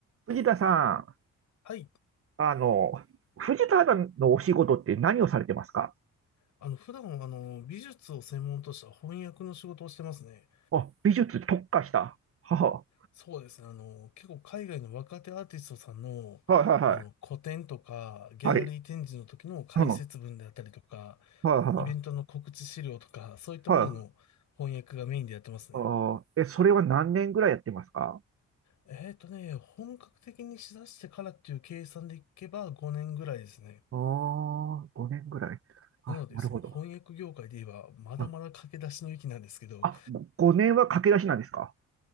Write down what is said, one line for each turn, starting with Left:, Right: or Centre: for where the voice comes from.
Right: 藤田さ
Left: はい。
Right: ん、あの、藤田さんのお仕事って何をされてますか
Left: あの、普段は、あの、美術を専門とした翻訳の仕事をしてますね。
Right: あ、美術特化した。<laughs> は
Left: そうですね。あの、結構海外の若手アーティストさんの、
Right: あ、はいはいはい。
Left: あの、個展とか、ギャラリー展示の時の解説文であったりとか、
Right: はい。うん。はいは
Left: イベントの告知資料とか、そういったものの翻訳がメインでやってますね。
Right: いはい。あー、え、それは何年ぐらいやってますか
Left: えっとね、本格的にしだしてからっていう計算でいけば5年ぐらいですね。
Right: ああ、5年ぐらい。あ、
Left: なので、
Right: なるほど。
Left: その翻訳業界で言えば、まだまだ駆け出しの域なんですけど、
Right: あ、あ5年は駆け出しなんですか